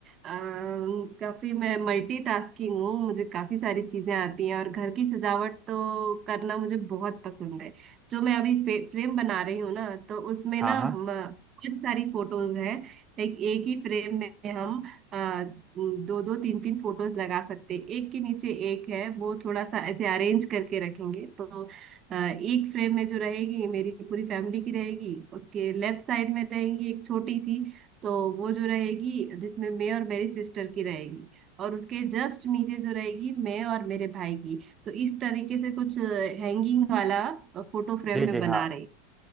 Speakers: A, on the right; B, on the right.
A: अम, काफी मैं मल्टीटास्किंग हूँ मुझे काफी सारी चीजें आती हैं और घर की सजावट तो करना मुझे बहुत पसंद है जो मैं अभी फे, फ्रेम बना रही हूँ ना तो उसमें
B: हाँ
A: ना
B: हाँ
A: म- बहुत सारी फोटोज हैं लाइक एक ही फ्रेम में हम आ, दो दो तीन तीन फोटोज लगा सकते हैं एक के नीचे एक है वो थोड़ा सा ऐसे अरेंज करके रखेंगे तो अ, एक फ्रेम में जो रहेगी मेरी पूरी फैमिली की रहेगी उसके लेफ्ट साइड में रहेंगी एक छोटी सी तो वो जो रहेगी जिसमें मैं और मेरी सिस्टर की रहेगी और उसके जस्ट नीचे जो रहेगी मैं और मेरे भाई की तो इस तरीके से कुछ हैंगिंग वाला फोटो फ्रेम
B: जी
A: में
B: जी
A: बना
B: हाँ
A: रहे